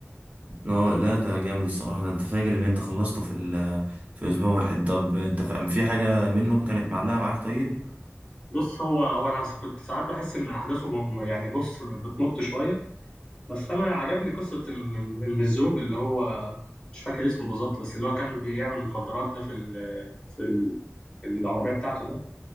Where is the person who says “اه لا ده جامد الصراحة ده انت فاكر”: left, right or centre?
Right